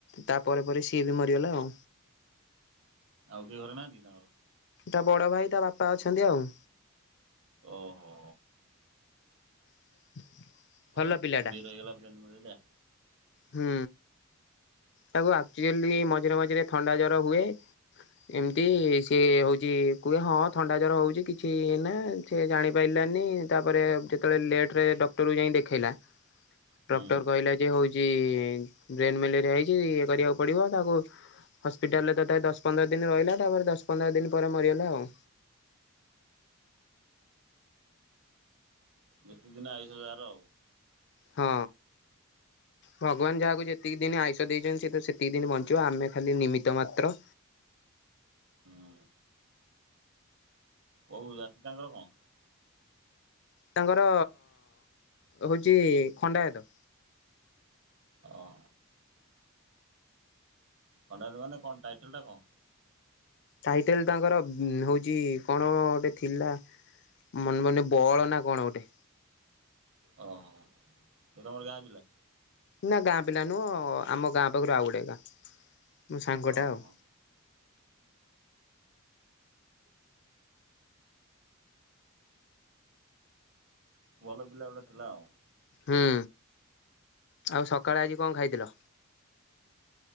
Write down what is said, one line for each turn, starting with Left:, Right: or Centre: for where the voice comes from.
Left: ତାପରେ ପରେ ସିଏ ବି ମରିଗଲା ଆଉ।
Right: ଆଉ କିଏ ଘରେ ନାହାନ୍ତି ତାଙ୍କର।
Left: ତା ବଡ ଭାଇ ତା ବାପା ଅଛନ୍ତି ଆଉ।
Right: ଓ ହୋ।
Left: <inaudible>
Right: ଏତେ
Left: ପିଲାଟା
Right: ସିଭିୟର୍ ହେଇଗଲା ବ୍ରେନ୍ ମାଲେରିଆ।
Left: ହୁଁ। ତାକୁ ଆକ୍ଚୁଲି ମଝିରେ ମଝିରେ ଥଣ୍ଡା ଜର ହୁଏ ଏମତି ସିଏ ହଉଛି କୁହେ ହଁ ଥଣ୍ଡା ଜର ହଉଛି କିଛି ନା ସେ ଜାଣିପାରିଲାନି ତାପରେ ଯେତେବେଳେ ଲେଟ ରେ ଡକ୍ଟରକୁ ଯାଇ ଦେଖେଇଲା
Right: ହୁଁ।
Left: ଡକ୍ଟର କହିଲା ଯେ ହଉଛି ବ୍ରେନ ମ୍ୟାଲେରିଆ ହେଇ ଛି ଇଏ କରିବାକୁ ପଡିବ ତାକୁ ହପିଟାଲରେ ତଥାପି ଦଶ ପନ୍ଦର ଦିନ ରହିଲା ତାପରେ ଦଶ ପନ୍ଦର ଦିନ ପରେ ମରିଗଲା ଆଉ।
Right: ଯେତେ ଦିନ ଆାଇଶ ଜାହାର ଆଉ।
Left: ହଁ ଭଗବାନ ଯାହାକୁ ଯେତିକି ଦିନ ଆୟୁଷ ଦେଇଛନ୍ତି ସେ ତ ସେତିକି ଦିନ ବଞ୍ଚିବ ଆମେ ଖାଲି ନିମିତ ମାତ୍ର।
Right: ହୁଁ କୋଉ ଜାତି ତାଙ୍କର କଣ?
Left: ତାଙ୍କର ହଉଛି ଖଣ୍ଡାୟତ।
Right: ଓହୋ ଖଣ୍ଡାୟତ ମାନେ କଣ ଟାଇଟେଲ୍ ଟା କଣ?
Left: ଟାଇଟେଲ ତାଙ୍କର ହଉଛି କଣ ଗୋଟେ ଥିଲା ମନ ମନେ ବଳ ନା କଣ ଗୋଟେ।
Right: ଓହୋ ସେ ତମର ଗାଁ ପିଲା।
Left: ନା ଗାଁ ପିଲା ନୁହଁ ଆମ ଗାଁ ପାଖରୁ ଆଉ ଗୋଟେ ଗାଁ ମୋ ସାଙ୍ଗଟା
Right: ଓହୋ
Left: ଆଉ।
Right: ଭଲ ପିଲା ଗୋଟେ ଥିଲା ଆଉ।
Left: ହୁଁ ଆଉ ସକାଳେ ଆଜି କଣ ଖାଇଥିଲ?